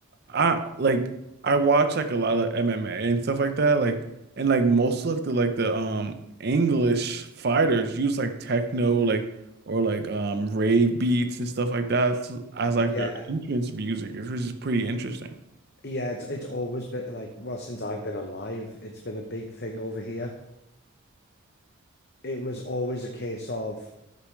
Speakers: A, on the right; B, on the left.
A: I like I watch like a lot of MMA and stuff like that. Like and like most of the like the um English fighters use like techno like or like um rave beats and stuff like that as, as
B: Yeah,
A: like their entrance music, which is pretty interesting.
B: yeah, it's it's always been like well since I've been alive, it's been a big thing over here. It was always a case of.